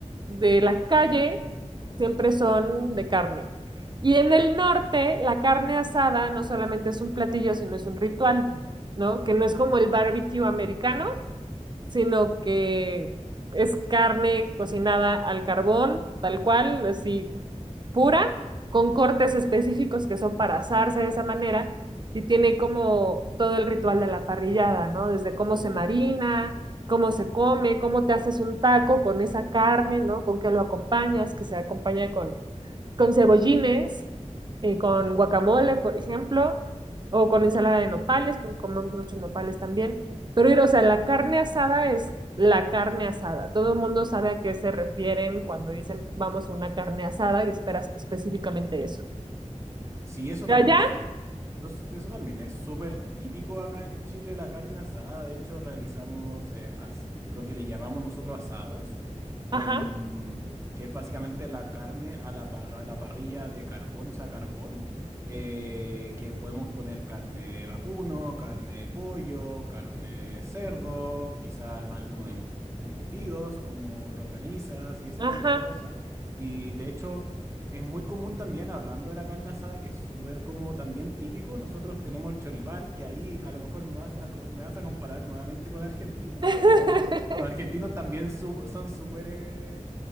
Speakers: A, on the right; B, on the right.
A: de la calle siempre son de carne. Y en el norte, la carne asada no solamente es un platillo, sino es un ritual, ¿no? Que no es como el barbecue americano sino que es carne cocinada al carbón, tal cual, así pura, con cortes específicos que son para asarse de esa manera, y tiene como todo el ritual de la parrillada, ¿no? Desde cómo se marina, cómo se come, cómo te haces un taco con esa carne, ¿no? Con qué lo acompañas, que se acompaña con con cebollines, eh, con guacamole, por ejemplo, o con ensalada de nopales, porque comemos muchos nopales también. Pero, ir, o sea, la carne asada es la carne asada. Todo el mundo sabe a qué se refieren cuando dicen vamos a una carne asada y esperas específicamente eso.
B: Sí, eso
A: ¿Y
B: también
A: allá?
B: es Eso, es- eso también es súper típico acá en Chile, la carne asada. De hecho, realizamos eh, as- lo que le llamamos nosotros asados, en,
A: Ajá,
B: que es básicamente la carne a la, par- a la parrilla de carbón, o sea, carbón, eh, que podemos poner carne de vacuno, carne de pollo, carne de cerdo, quizás algunos em- embutidos como longanizas y ese
A: ajá.
B: tipo de cosas. Y de hecho... Es muy común también, hablando de la carne asada, que es súper como también típico, nosotros tenemos el choripán, que ahí a lo mejor me vas a, co- me vas a comparar nuevamente con Argentina,
A: <laughs>
B: porque los argentinos también su- son súper eh,